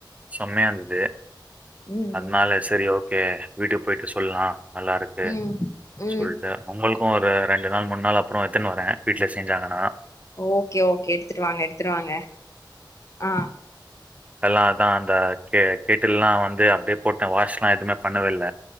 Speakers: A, on the right; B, on the left.
A: செம்மயா இருந்தது
B: ம்
A: அதனால செரி ஓகே வீட்டுக்கு போய்ட்டு சொல்லா நல்லாருக்கு
B: ம் ம் ம்
A: சொல்ட்டு உங்களுக்கு ஒரு ரெண்டு நாள் மூணு நாள் அப்றோ எடுத்துன்னு வரே வீட்ல செஞ்சாங்கன்னா
B: ஓகே ஓகே எடுத்துட்டு வாங்க எடுத்துடு வாங்க ஆ
A: எல்லா அதா அந்த கே கேட்டில்லா வந்து அப்டியே போட்டே வாஷ்லா எதுவுமே பண்ணவே இல்ல